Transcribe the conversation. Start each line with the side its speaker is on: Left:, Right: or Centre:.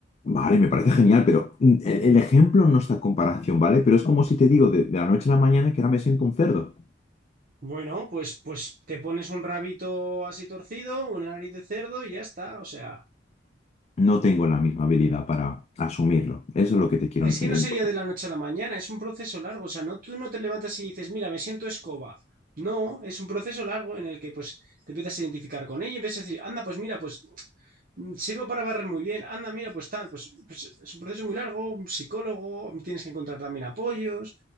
Left: Vale, me parece genial, pero mm, el, el ejemplo no está a comparación, ¿vale? Pero es como si te digo de, de la noche a la mañana que ahora me siento un cerdo.
Right: Bueno, pues, pues te pones un rabito así torcido, una nariz de cerdo y ya está. O sea,
Left: no tengo la misma habilidad para asumirlo. Eso es lo que te quiero
Right: Es
Left: entender.
Right: que no sería de la noche a la mañana, es un proceso largo. O sea, no, tú no te levantas y dices, mira, me siento escoba. No, es un proceso largo en el que pues te empiezas a identificar con ella y empiezas a decir, anda, pues mira, pues mm, sirvo para barrer muy bien, anda, mira, pues tal, pues, pues es un proceso muy largo, un psicólogo, tienes que encontrar también apoyos.